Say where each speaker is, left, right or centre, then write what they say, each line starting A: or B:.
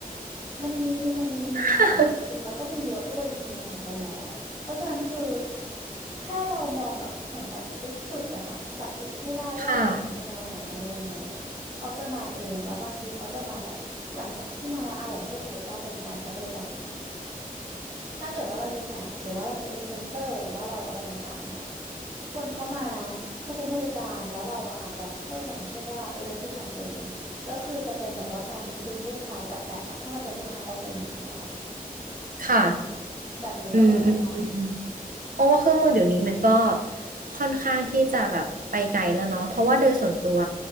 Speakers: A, on the right (about 40°); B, on the right (about 65°).
A: มันมีมันมีมันมีคนจริงแล้วก็มีเยอะด้วยจริงๆในสังคมเราอะเพราะฉะนั้นคือ
B: <laughs>
A: แค่เรามองแบบเหมือนแบบพลิกจุดอะค่ะจับจุดให้ได้ว่าเราจะไปแนวไหนอะไรยังไงอะเขาจะมาเองแล้วบางทีเขาจะมาแบบหลังจากที่มาแล้วอะอย่างเช่นสมมติว่าเป็นการใช้บริการอย่างเงี้ย
B: ค่ะ
A: ถ้าเกิดว่าเรายิงแอดหรือว่าเราใช้อินฟลูเอนเซอร์หรือว่าเราอะไรต่างๆเนี่ยคนเข้ามาเขาใช้บริการแล้วเราอะอาจจะเพิ่มอย่างเช่นว่า loyalty campaign ก็คือจะเป็นแบบว่าการดึงลูกค้าจากแอดอะให้มาเป็นลูกค้าออร์แกนิกของเรา
B: ค่ะ
A: แบบนี้ก็เป็นไปได้ค่ะ
B: อืมอืมอืม เพราะว่าเครื่องมือเดี๋ยวนี้มันก็ค่อนข้างที่จะแบบไปไกลแล้วเนาะเพราะว่าโดยส่วนตัว